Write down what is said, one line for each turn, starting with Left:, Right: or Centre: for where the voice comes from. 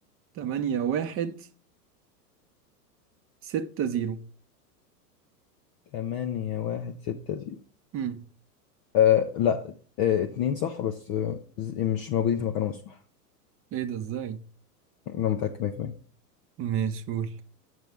Right: تمانية واحد ستة زيرو
Left: تمانية واحد ستة زيرو
Right: امم
Left: آه لا آه اتنين صح بس آه ز- مش موجودين في مكانهم الصح
Right: ايه ده ازاي
Left: انا متأكد 100%
Right: مش قول